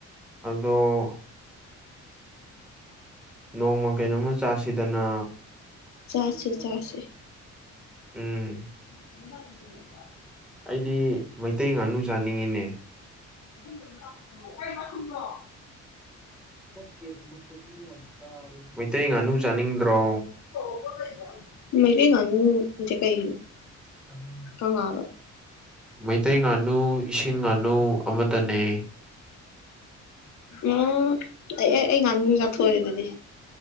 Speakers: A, in the centre; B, on the left.
A: ꯑꯗꯣ ꯅꯣꯡꯃ ꯀꯩꯅꯣꯝꯃ ꯆꯥꯁꯤꯗꯅ
B: ꯆꯥꯁꯦ
A: <unintelligible>
B: ꯆꯥꯁꯦ
A: ꯎꯝ
B: <inaudible>
A: ꯑꯩꯗꯤ ꯃꯩꯇꯩ ꯉꯥꯅꯨ ꯆꯥꯅꯤꯡꯉꯤꯅꯦ
B: <unintelligible>
A: <unintelligible> ꯃꯩꯇꯩ ꯉꯥꯅꯨ ꯆꯥꯅꯤꯡꯗ꯭ꯔꯣ
B: <unintelligible> ꯃꯩꯇꯩꯗꯤ ꯉꯥꯅꯨꯗꯤ ꯀꯩꯒꯤꯅꯣ
A: <inaudible>
B: ꯀꯉꯥꯔꯣ
A: ꯃꯩꯇꯩ ꯉꯥꯅꯨ ꯏꯁꯤꯡ ꯉꯥꯅꯨ ꯑꯃꯇꯅꯦ
B: ꯎꯝ ꯑꯩ ꯑꯩ ꯑꯩ ꯉꯥꯅꯨꯖꯦ ꯆꯥꯊꯣꯛꯑꯦ ꯑꯗꯨꯗꯤ